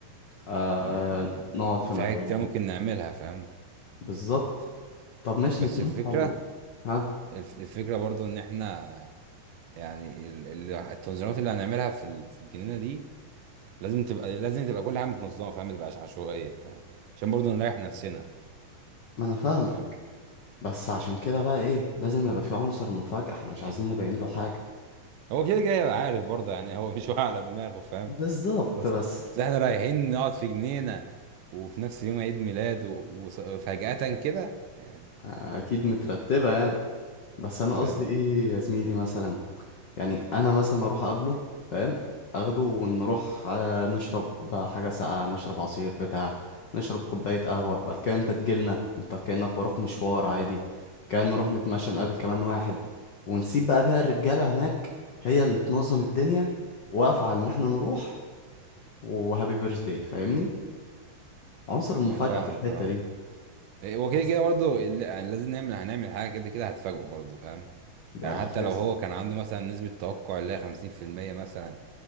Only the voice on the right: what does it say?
يعني
في
حاجات كتير ممكن نعملها فاهم
بس
الفكره
الف- الفكره برضه ان احنا يعني ال- ال- التنظيمات اللي هنعملها في ال- في الجنينه دي لازم تبقى لازم تبقى كل حاجه متنظمه فاهم ما تبقاش عشوائيه فاهم عشان برضه نريح نفسنا
فاهم
هو كده كده هيبقى عارف برضه يعني هو مش واقع على دماغه فاهم
اصل
بس احنا رايحين نقعد في جنينه وفي نفس يوم عيد ميلاد و- وص- وفجأة كده يعني
فاهم
فاهمك
اه
إيه، هو كده
كده برضه ال- يعني لازم نعمل هنعمل حاجه كده كده هتفاجئه برضه فاهم
يعني حتى
لو هو كان عنده مثلا نسبه توقع اللي هي 50% مثلا